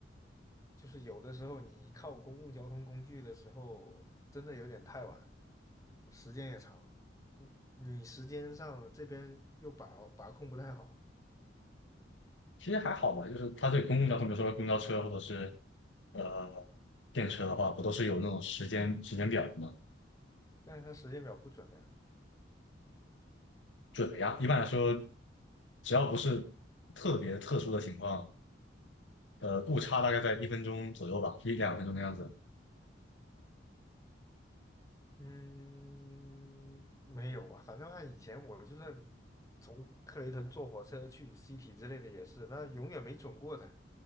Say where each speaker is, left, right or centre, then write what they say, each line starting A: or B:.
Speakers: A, on the left (about 20°); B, on the left (about 85°).
A: 就是有的时候你靠公共交通工具的时候，真的有点太晚，时间也长。你你时间上这边又把把控不太好，
B: 其实还好吧，就是它对公共交通，比如说公交车或者是呃电车的话，不都是有那种时间时间表的吗？
A: 但是它时间表不准的。
B: 准的呀。一般来说，只要不是特别特殊的情况，呃，误差大概在一分钟左右吧，一两分钟的样子。
A: 嗯，没有啊，反正按以前我就算从克雷顿坐火车去 City 之类的也是，那永远没准过的，